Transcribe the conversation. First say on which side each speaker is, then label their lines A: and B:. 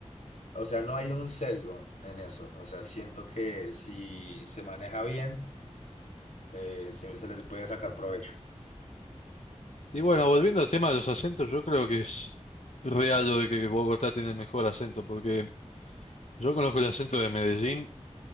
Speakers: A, on the left (about 80°); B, on the left (about 70°).
A: o sea, no hay un sesgo en eso. O sea, siento que si se maneja bien, eh, siempre se les puede sacar provecho.
B: Y bueno, volviendo al tema de los acentos, yo creo que es real lo de que Bogotá tiene el mejor acento, porque Yo conozco el acento de Medellín